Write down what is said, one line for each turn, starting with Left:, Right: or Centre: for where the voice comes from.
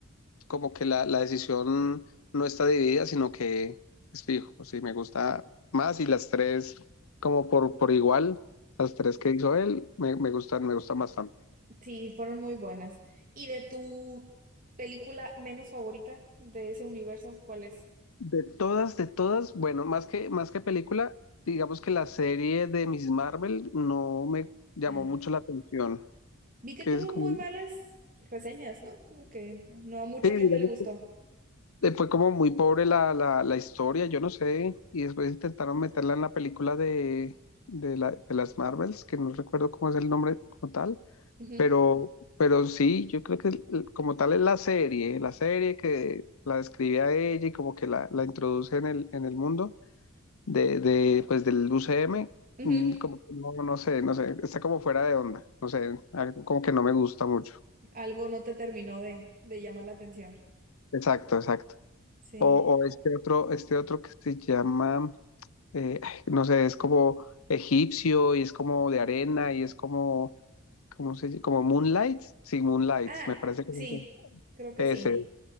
Left: como que la, la decisión no está dividida, sino que es fijo, sí, me gusta más y las tres como por, por igual, las tres que hizo él, me, me gustan, me gustan bastante.
Right: Sí, fueron muy buenas. ¿Y de tu película menos favorita de ese universo, cuál es?
Left: De todas, de todas, bueno, más que, más que película, digamos que la serie de Miss Marvel no me llamó
Right: Ah,
Left: mucho la atención,
Right: vi que
Left: que
Right: tuvo
Left: es como,
Right: muy malas reseñas, ¿no? Como que no a mucha
Left: sí, digamos
Right: gente le gustó.
Left: eh, fue como muy pobre la, la, la historia, yo no sé, y después intentaron meterla en la película de, de, la- de las Marvels, que no recuerdo cómo es el nombre como tal,
Right: Ujú,
Left: pero, pero sí, yo creo que el- como tal es la serie, la serie que la describe a ella y como que la, la introduce en el, en el mundo de, de, pues del UCM,
Right: ujú.
Left: mm, como que no, no sé, no sé, está como fuera de onda, no sé, algo como que no me gusta mucho.
Right: Algo no te terminó de, de llamar la atención.
Left: Exacto, exacto.
Right: Sí.
Left: O, o este otro, este otro que se llama, eh, ay, no sé, es como egipcio y es como de arena y es como, ¿cómo se llama? Como Moonlight. Sí, Moonlight,
Right: Ah,
Left: me parece que
Right: sí, creo que
Left: es
Right: sí,
Left: ese.